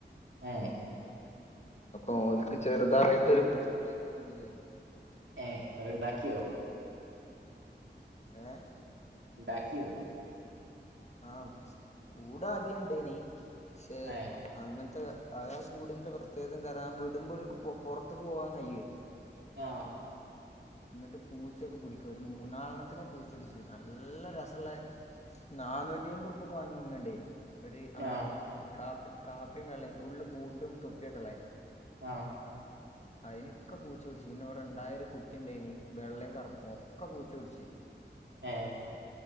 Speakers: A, on the right; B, on the left.
A: ഏ
B: ഓൾക്ക് ചെറുതായിട്ടൊരു കൂടുണ്ടാക്കണ പണിയില്ലേ
A: ഏഹ് ഇങ്ങള് ഇണ്ടാക്ക്യോ
B: ഏഹ്
A: ഇണ്ടാക്ക്യോ
B: ആഹ് കൂടാദ്യം ഇണ്ടേനി ക്ഷെ
A: ഏഹ്
B: അങ്ങൻ അഹ്ആകൂട്ന്റെ പ്രത്യേകത എന്താറാ ആ വിടുമ്പൊരു കൊ പൊ പൊറത്ത്ക്ക് പോവാൻ കഴിയേ-
A: ആഹ്
B: ന്നട്ട് പൂച്ചൊക്കെ പിടിക്കെ ഒരു മൂന്നാലണ്ണത്തിനെ പൂച്ച പിടിച്ച് നല്ല രസള്ള നാന്നൂറ്റ്യയ്മ്പറുപ്പ്യക്ക്‌ വാങ്ങിയ ഒന്ന്ണ്ടേനി ഒരു ആണ്
A: ആഹ്
B: കാപ്പ് കാപ്പിം വെള്ളിംഫുള്ള് ബൂട്ടും തൊപ്പ്യക്കള്ളെ
A: ആഹ്
B: അയിനൊക്കെ പൂച്ച പിടിച്ചു പിന്നിവിടെ ഇണ്ടായ ഒരു കുട്ടി ഇണ്ടേനി വെള്ളേം കറുപ്പും ഒക്കെ പൂച്ച പിടിച്ച്.
A: ഏഹ്